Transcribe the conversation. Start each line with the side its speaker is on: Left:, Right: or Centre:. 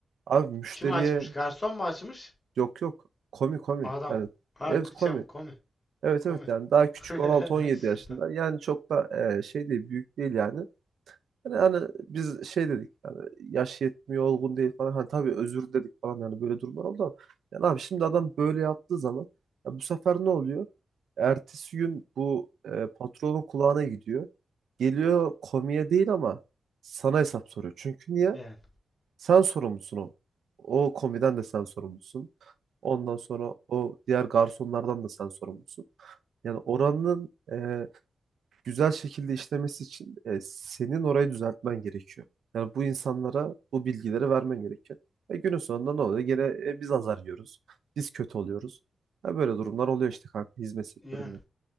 Right: abi müşteriye
Left: Kim açmış? Garson mu açmış?
Right: yok yok komi komi.
Left: Adam.
Right: Yani
Left: Ha
Right: evet
Left: k-
Right: komi.
Left: şey komi.
Right: Evet
Left: Komi.
Right: evet yani daha küçük
Left: <laughs>
Right: 16-17
Left: Süper.
Right: yaşında. Yani çok da e, şey değil büyük değil yani. Yani hani biz şey dedik yani yaş yetmiyor olgun değil falan hani tabii özür dedik falan yani böyle durumlar oldu ama yani abi şimdi adam böyle yaptığı zaman ya bu sefer ne oluyor? Ertesi gün bu e, patronun kulağına gidiyor. Geliyor komiye değil ama sana hesap soruyor. Çünkü niye?
Left: Yani.
Right: Sen sorumlusun o. O komiden de sen sorumlusun. Ondan sonra o diğer garsonlardan da sen sorumlusun. Yani oranın e, güzel şekilde işlemesi için e, senin orayı düzeltmen gerekiyor. Yani bu insanlara bu bilgileri vermen gerekiyor. E, günün sonunda ne oluyor? Gene e, biz azar yiyoruz. Biz kötü oluyoruz. Ya böyle durumlar oluyor işte kanka hizmet sektöründe.
Left: Yani.